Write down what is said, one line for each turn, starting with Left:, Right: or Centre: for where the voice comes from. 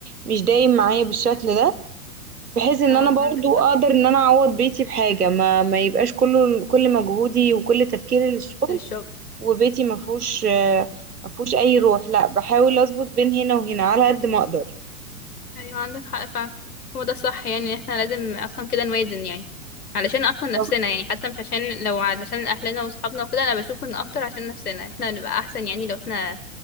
Right: مش دايم معايا بالشكل ده بحيث ان
Left: اه
Right: انا برضو
Left: عندك
Right: اقدر
Left: حق
Right: ان انا اعوض بيتي بحاجة ما ما يبقاش كله كل مجهودي وكل تفكيري للشغل
Left: للشغل
Right: وبيتي ما فيهوش ما فيهوش اي روح لا بحاول اظبط بين هنا وهنا على قد ما اقدر
Left: ايوه عندك حق فعلا هو ده الصح يعني إن احنا لازم اصلا كده نوازن يعني علشان اصلا نفسنا
Right: صح
Left: يعني حتى مش عشان لو علشان اهلنا واصحابنا وكده انا بشوف ان اكتر عشان نفسنا احنا نبقى احسن يعني لو احنا